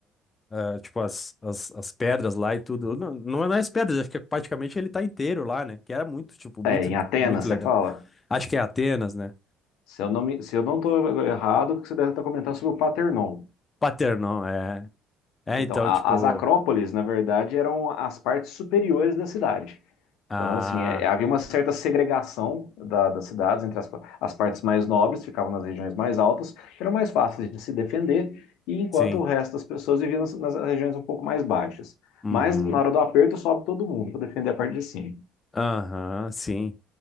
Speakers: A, on the left; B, on the left.
A: ah, tipo as, as, as pedras lá e tudo. Não, não é não é as pedras, acho que é praticamente ele tá inteiro lá, né, que era muito, tipo, muito,
B: É, em Atenas,
A: muito
B: você
A: legal.
B: fala?
A: Acho que é Atenas, né?
B: Se eu não me, se eu não estou errado, você deve estar comentando sobre o Paternon.
A: Paternon, é. É,
B: Então,
A: então,
B: a-
A: tipo,
B: as acrópoles, na verdade, eram as partes superiores da cidade.
A: ah,
B: Então, assim, é- é, havia uma certa segregação da- das cidades entre as, pa- as partes mais nobres, ficavam nas regiões mais altas, que eram mais fáceis de se defender, e enquanto
A: sim,
B: o resto das pessoas viviam nas, nas regiões um pouco mais baixas.
A: uhum,
B: Mas, na hora do aperto, sobe todo mundo para defender a parte de cima.
A: aham, sim.